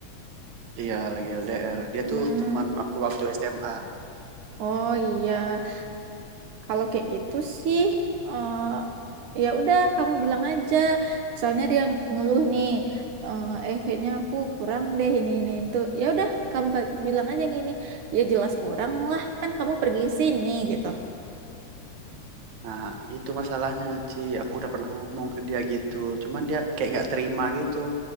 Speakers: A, on the right; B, on the right.
A: iya lagi LDR dia
B: Hmm.
A: tuh teman aku waktu SMA
B: Oh iya. Kalau kayak gitu sih, eh ya udah kamu bilang aja. Misalnya dia ngeluh nih, eh "Eh, kayaknya aku kurang deh ini ini itu. Ya udah kamu ka- bilang aja gini, ya jelas kurang lah kan kamu pergi sini gitu.
A: nah itu masalahnya Ci aku udah pernah ngomong ke dia gitu cuman dia kayak nggak terima gitu